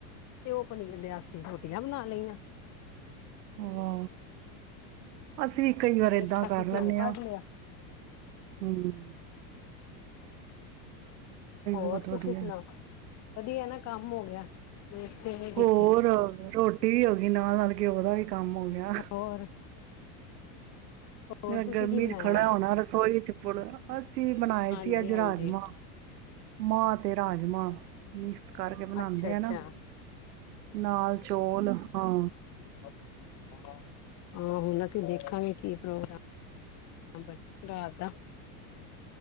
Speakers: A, on the left; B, on the right.
A: ਤੇ ਓ ਪਨੀਰ ਦੇ ਅਸੀ ਰੋਟੀਆਂ ਬਨਾ ਲਈਆਂ।
B: ਵਾ, ਅਸੀ ਕਈ ਵਾਰ ਏਦਾਂ
A: ਇੱਕ ਪਾਸੇ
B: ਕਰ ਲੈਨੇ
A: ਘਿਓ ਕੱਢ
B: ਆ,
A: ਲਿਆ
B: ਹੂੰ।
A: ਹੋਰ
B: ਬਹੁਤ ਵਧੀਆ
A: ਤੁਸੀਂ ਸੁਨਾਓ? ਵਦੀਆ ਨਾ ਕੰਮ ਓ ਗਿਆ। ਵੇਸਟ ਨਹੀਂ ਕੀਤੀ
B: ਹੋਰ ਰੋਟੀ ਵੀ ਹੋ ਗਈ ਨਾਲ, ਨਾਲ ਘਿਓ ਦਾ ਵੀ ਕੰਮ ਹੋ ਗੇਆ।
A: ਹੋਰ ਹੋਰ
B: ਐ
A: ਤੁਸੀਂ
B: ਗਰਮੀ
A: ਕੀ ਬਣਾਇਆ
B: ਚ ਖੜਾ
A: ਅੱਜ
B: ਹੋਣਾ ਰਸੋਈ ਚ ਪੜ, ਅਸੀਂ ਬਨਾਏ
A: ਹਾਂਜੀ
B: ਸੀ ਅੱਜ
A: ਹਾਂਜੀ
B: ਰਾਜਮਾਂ, ਮਾਂ ਤੇ ਰਾਜਮਾਂ ਮਿਸ ਕਰਕੇ ਬਨਾਦੇ
A: ਅੱਛਾ ਅੱਛਾ
B: ਆ ਨਾ, ਨਾਲ ਚੋਲ ਹਾਂ।
A: ਹਾਂ, ਹੁਨ ਅਸੀਂ ਦੇਖਾਂਗੇ ਕੀ ਪ੍ਰੋਗਰਾਮ ਬਨੇਆ। ਰਾਤ ਦਾ